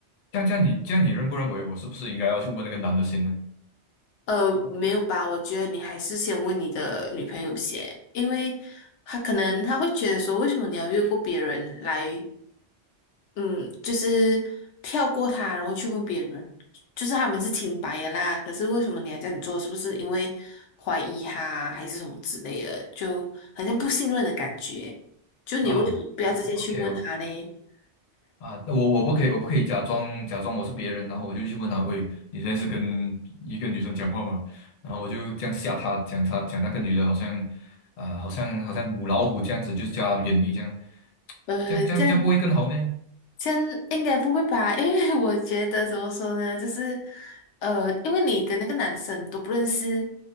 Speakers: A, on the left (about 60°); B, on the left (about 85°).
A: 这样这样你这样你认不认为我是不是应该要去问那个男的先呢？
B: 呃，没有吧？我觉得你还是先问你的女朋友先，因为她可能她会觉得说，为什么你要越过别人来，嗯，就是跳过他，然后去问别人，就是他们是清白的啦，可是为什么你还这样做？是不是因为怀疑他还是什么之类的？就好像不信任的感觉。就你为什么不要直接去问他呢？
A: 啊，我 OK 哦。
B: <laughs>
A: 啊，那我我不可以，我不可以假装假装我是别人，然后我就去问他，喂，你现在是跟一个女生讲话吗？然后我就这样吓他，讲他讲那个女的好像，啊、好像好像母老虎这样子，就是叫他远离这样，
B: 呃，
A: 这样这样这样不会更好咩？
B: 这样先应该不会吧？<laughs> 因为我觉得怎么说呢，就是呃，因为你跟那个男生都不认识，